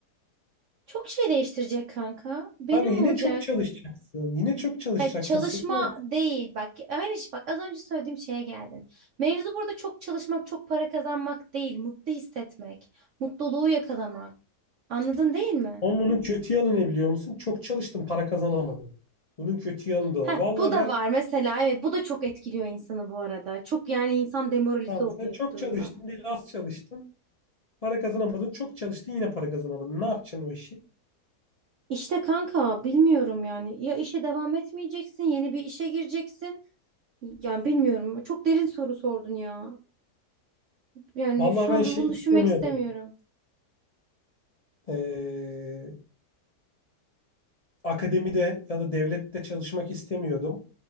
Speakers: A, on the right; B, on the left.
A: Çok şey değiştirecek kanka. Benim
B: Kanka yine
A: olacak.
B: çok çalışacaksın. Yine çok çalışacaksın.
A: Ha, çalışma
B: Senin o-
A: değil bak aynı şey bak az önce söylediğim şeye geldin. Mevzu burada çok çalışmak çok para kazanmak değil mutlu hissetmek mutluluğu yakalamak anladın değil mi?
B: Onun bunun kötü yanı ne biliyor musun? Çok çalıştın, para kazanamadın. Bunun kötü yanı da
A: Heh,
B: o. Valla
A: bu da
B: ben
A: var mesela evet bu da çok etkiliyor insanı bu arada çok yani insan demoralize
B: tamam
A: oluyor
B: sen çok
A: bu durumdan.
B: çalıştın değil az çalıştın. Para kazanamadın. Çok çalıştın yine para kazanamadın. Ne yapacaksın o işi?
A: İşte kanka bilmiyorum yani ya işe devam etmeyeceksin yeni bir işe gireceksin yani bilmiyorum çok derin soru sordun ya yani
B: Valla
A: şu
B: ben
A: an
B: şey
A: bunu
B: istemiyordum.
A: düşünmek istemiyorum.
B: Ee, akademide ya da devlette çalışmak istemiyordum.